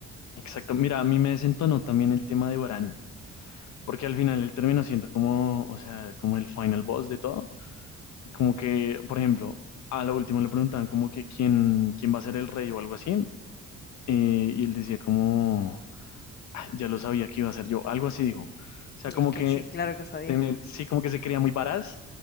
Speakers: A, on the left; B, on the left.
A: Exacto. Mira, a mí me desentonó también el tema de Bran. Porque al final él termina siendo como, o sea, como el final boss de todo. Como que, por ejemplo, a lo último le preguntaban como que quién, quién va a ser el rey o algo así. eh, y él decía como, ya lo sabía que iba a ser yo, algo así dijo. O sea,
B: Y
A: como
B: es que
A: que
B: sí, claro que sabía.
A: teme- sí, como que se creía muy varaz,